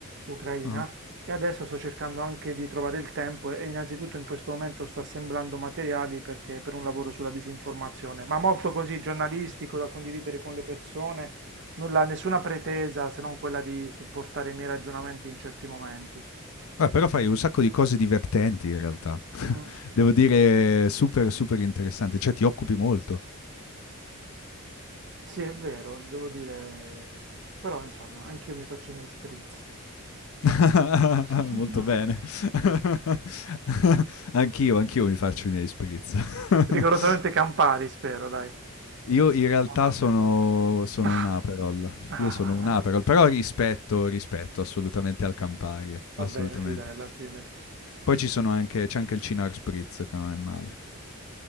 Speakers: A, on the right; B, on the left.
A: ucraina.
B: Ah.
A: E adesso sto cercando anche di trovare il tempo e e innanzitutto in questo momento sto assemblando materiali perché, per un lavoro sulla disinformazione, ma molto così giornalistico da condividere con le persone, nulla, nessuna pretesa se non quella di supportare i miei ragionamenti in certi momenti.
B: Eh, però fai un sacco di cose divertenti in realtà.
A: Mm, sì.
B: Devo dire, super, super interessante. Cioè, ti occupi molto.
A: Sì, è vero, devo dire, però insomma, anch'io mi faccio i miei spritz.
B: <laughs>
A: <laughs>
B: Molto bene. <laughs> anch'io, anch'io mi faccio i miei spritz. <laughs>
A: Rigorosamente Campari, spero, dai.
B: Io in realtà
A: Non Aperol.
B: sono, sono
A: <laughs>
B: un Aperol. Io sono un Aperol, però rispetto, rispetto assolutamente al Campari, assolutamente.
A: Va bene, sì, dai, alla fine.
B: Poi ci sono anche, c'è anche il Cinar Spritz, che non è male.